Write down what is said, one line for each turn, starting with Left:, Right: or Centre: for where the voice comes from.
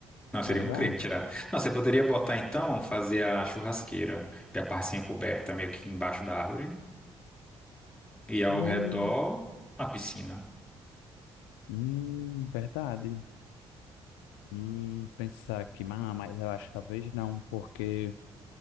Centre: Não, seria
Left: verdade.
Centre: um crime tirar. Não, você poderia botar então, fazer a churrasqueira e a parcinha coberta meio que embaixo da árvore e ao
Left: Hum,
Centre: redor uma piscina.
Left: hum, verdade. Hum, pensar que, mas mas eu acho que talvez não, porque.